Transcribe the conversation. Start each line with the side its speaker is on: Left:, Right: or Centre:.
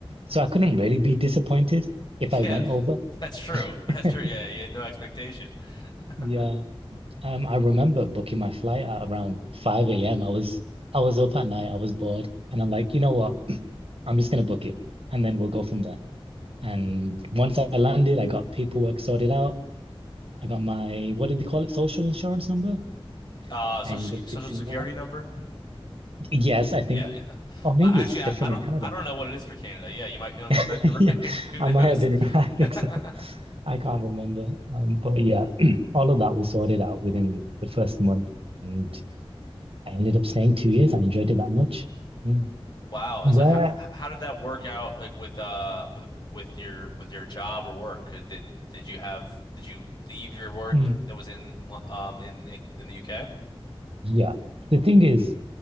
Right: So I couldn't really be disappointed if
Left: Yeah,
Right: I went
Left: th-
Right: over.
Left: that's true. That's
Right: <laughs>
Left: true. Yeah, you had no expectation. <laughs>
Right: Yeah. Um, I remember booking my flight at around 5 a.m. I was I was up at night, I was bored, and I'm like, you know what? I'm just gonna book it and then we'll go from there. And once I landed, I got paperwork sorted out. I got my, what did they call it? Social insurance number.
Left: Uh, social
Right: I ended
Left: sec-
Right: up
Left: social
Right: fixing
Left: security
Right: that.
Left: number?
Right: Yes, I think,
Left: Yeah, yeah.
Right: or maybe
Left: Well, actually,
Right: it's
Left: I,
Right: different
Left: I don't
Right: in Canada.
Left: I don't know what it is for Canada. Yeah, you might you
Right: <laughs>
Left: might be right.
Right: Yeah,
Left: <laughs> Who
Right: I
Left: knows?
Right: might have been <laughs> right. I think
Left: <laughs>
Right: so. I can't remember. Um, but yeah, <clears throat> all of that was sorted out within the first month. And I ended up staying two years. I enjoyed it that much. Mm.
Left: Wow. And
Right: Where,
Left: so how how did that work out like with uh with with your with your job or work? Uh, Did did you have did you leave your work
Right: mm,
Left: that was in Lo- um in I- in the UK?
Right: yeah. The thing is,